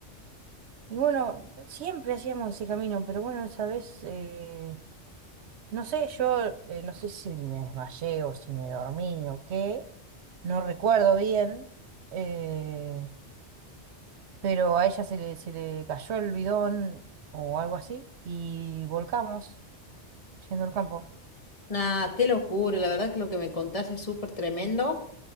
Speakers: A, on the right; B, on the left.
A: Y bueno, siempre hacíamos ese camino, pero bueno, esa vez, eh, no sé, yo eh, no sé si me desmayé o si me dormí o qué, no recuerdo bien. eh, pero a ella se le, se le cayó el bidón o algo así y volcamos yendo al campo.
B: Nah, qué locura, la verdad que lo que me contaste es súper tremendo.